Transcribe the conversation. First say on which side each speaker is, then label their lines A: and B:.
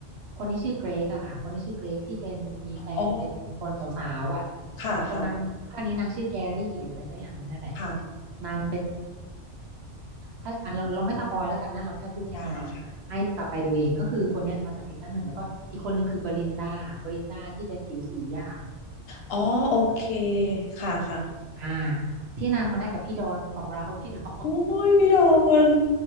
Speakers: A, on the right; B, on the left.
A: คนที่ชื่อเกรกอะค่ะคนที่ชื่อเกรกที่เป็นมีแฟนเป็นคนสาวๆอะ
B: อ๋อค่ะค่ะ
A: เขานางภาคนี้นางชื่อแกรี่หรืออะไรสักอย่างหนึ่งนั่นแหละ
B: ค่ะ
A: นาง ถ้าอันเราเราไม่สปอยแล้วกันนะเราแค่พูดแค่นี้เนาะให้กลับไปดูเองก็คือคนเนี้ยมาจากซีซั่นหนึ่งแล้วก็อีกคนหนึ่งคือบรินดาบรินดาที่เป็นผิวสีอะค่ะ
B: ได้ค่ะอ๋อโอเคค่ะค่ะ
A: อ่าที่นางมาได้กับพี่ดอนของเรา <laughs> พี่ดอม
B: โอ้ยพี่ดอน